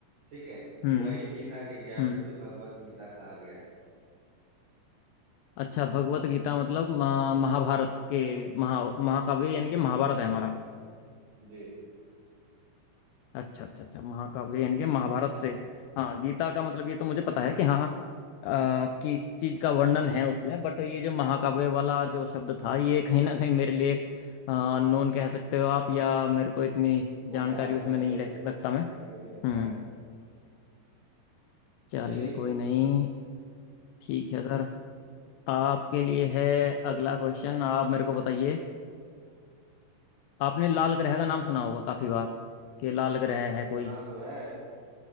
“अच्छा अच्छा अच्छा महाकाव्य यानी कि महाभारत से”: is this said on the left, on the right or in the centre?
Left